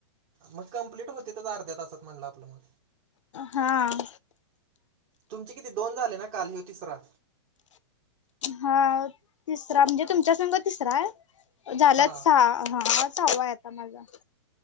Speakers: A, on the right; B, on the left.
A: मग कंप्लीट होतेच अर्ध्या तासात म्हटलं आपलं मग.
B: हां.
A: तुमचे किती दोन झाले ना काल हेऊ तिसरा.
B: हाव तिसरा म्हणजे तुमच्या संग तिसरा आहे झालते
A: हां
B: सहा हा सहावा आहे आता माझा.